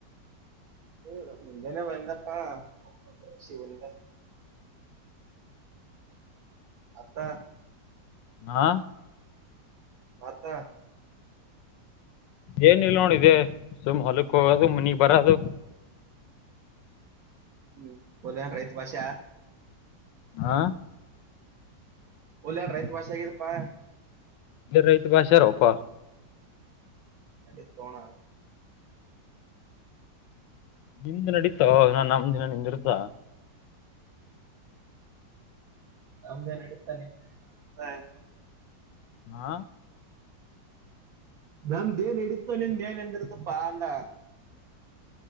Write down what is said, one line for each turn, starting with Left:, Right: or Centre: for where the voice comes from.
Right: ಹ ಮುಂಜೆಾನ ವಂದಪ್ಪಾ ಸಿಂದ ಅತ್ತ
Left: ಹಾ
Right: ಮತ
Left: ಏನ್ ಇಲ್ ನೋಡದೆ ಸುಮ್ ಹೊಲಕ್ ಹೋಗೋದು ಮುನಿಗ್ ಬರದು
Right: ಹ್ಮ ಹದನ್ ರೈತು ಕಷೆ
Left: ಆಾ
Right: ಒಲ್ಯಾರ ರೈತ ವಷ ಆಗರಪ್ಪಾ
Left: ಅದೇ ರೈತ ಭಾಷಾರ ಅಪ್ಪಾ
Right: ಅ ತೋಣ
Left: ನಿಮ್ದ ನಡೀತಾ ನಾನ್ ನಮ ದಿನ ನಿಂದಿರುತ್ತ
Right: ಆಮ್ದೇ ನಡೀತಾನೆ ಹ
Left: ಹಾ
Right: ನಮ್ದೇಏನ್ ಹಿಡಿತ ನಿಮ ಏನ್ ಎಂದಿರ್ದಪ್ಪಾ ಅಂದ